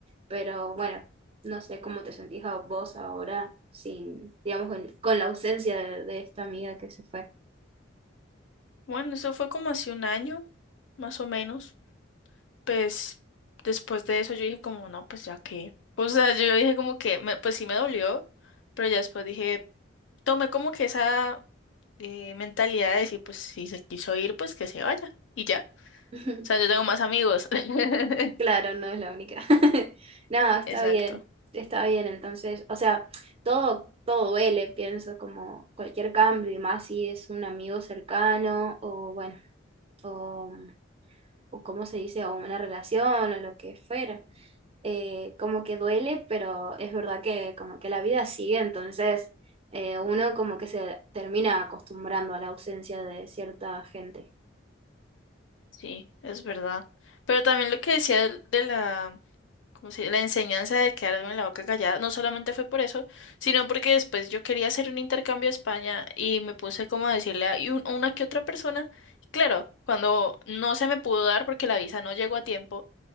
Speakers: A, on the right; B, on the left.
A: pero bueno, no sé cómo te sentís a vos ahora sin, digamos, con, con la ausencia de, de esta amiga que se fue.
B: Bueno, eso fue como hace un año, más o menos. pues después de eso yo dije como, no, pues ya que, o sea, yo dije como que, me- pues sí me dolió, pero ya después dije, tomé como que esa eh, mentalidad de decir, pues si se quiso ir, pues que se vaya, y ya,
A: <laughs>
B: o sea, yo tengo más amigos. <laughs>
A: Claro, no es la única. <laughs> No, está
B: Exacto,
A: bien, está bien. Entonces, o sea, todo, todo duele, pienso, como cualquier cambio, y más si es un amigo cercano, o bueno, o, o cómo se dice, o una relación, o lo que fuera. Eh, como que duele, pero es verdad que como que la vida sigue, entonces eh, uno como que se termina acostumbrando a la ausencia de cierta gente.
B: sí, es verdad. Pero también lo que decía del- de, la, como si la enseñanza de quedarme en la boca callada, no solamente fue por eso, sino porque después yo quería hacer un intercambio a España y me puse como a decirle a y un- a una que otra persona, claro, cuando no se me pudo dar porque la visa no llegó a tiempo,